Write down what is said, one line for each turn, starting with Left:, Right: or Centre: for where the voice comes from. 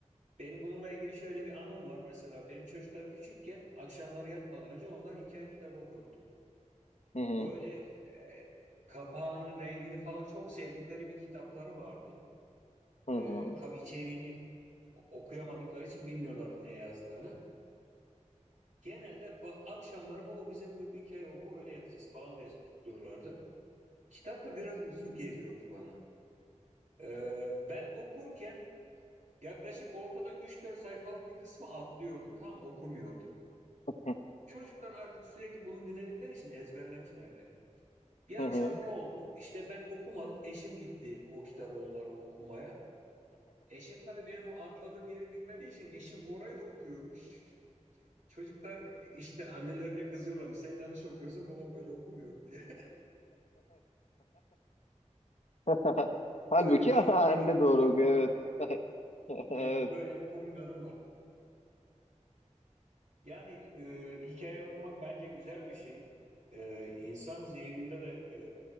Right: Benim bununla ilgili şöyle bir anım var mesela. Benim çocuklar küçükken akşamları yatmadan önce onlar hikaye kitabı okurdu.
Left: Hı hı,
Right: Böyle e, kapağının rengini falan çok sevdikleri bir kitapları vardı.
Left: hı
Right: E, tabii içeriğini okuyamadıkları için bilmiyorlardı ne yazdığını. Genelde ba- akşamları baba bize bu hikaye oku öyle yatacağız falan diye tuttururlardı. Kitap da biraz uzun geliyordu bana. Ee, ben okurken yaklaşık ortada üç dört sayfalık bir kısmı atlıyordum. Tam okumuyordum.
Left: hı,
Right: Çocuklar artık sürekli bunu dinledikleri için ezberlemişlerdi. Bir
Left: hı hı.
Right: akşam ne oldu? İşte ben okumadım. Eşim gitti o kitabı onlara okumaya. Eşim tabii benim o atladığım yeri bilmediği için eşim oraya okuyormuş. Çocuklar işte annelerine kızıyorlar. Sen yanlış okuyorsun, babam böyle okumuyordu diye.
Left: <laughs>
Right: <laughs>
Left: Halbuki
Right: Böyle bir
Left: <laughs> anne
Right: e, komik
Left: doğru okuyor
Right: anımdır.
Left: evet. <laughs>
Right: Evet,
Left: Evet.
Right: böyle bir komik anım var. Yani e, hikaye okumak bence güzel bir şey. E, insan zihninde de e,